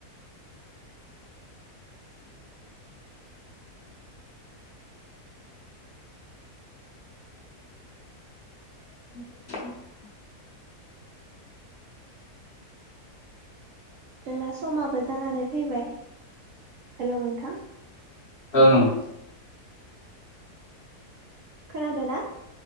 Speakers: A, on the left; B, on the right.
A: <inaudible>
B: नोंना समाबो जानानै फैबाय हेलौ नोंथां
A: ओं ओं
B: खोनादोना